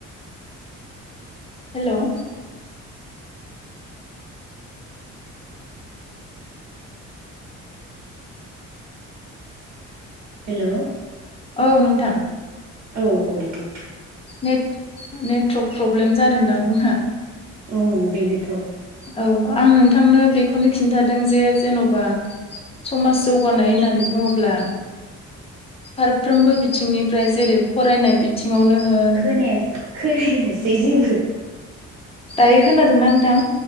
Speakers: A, on the left; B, on the right.
A: हेलौ
B: हेलौ
A: औ नोंथां
B: औ औ औ
A: नेट नेटवर्क प्रब्लेम जादोंदां जोंहा
B: औ बेनोथ
A: औ आं नोंथांनो बेखौनो खिन्थादों जे जेन'बा समाज जौगानाय होननानै बुंङोब्ला फारफ्रोमबो बिथिंनिफ्राय जेरै फरायनाय बि थिंङावनो हो
B: खोनाया खोनायासै जेबो
A: दायो खोनादों ना नोंथां?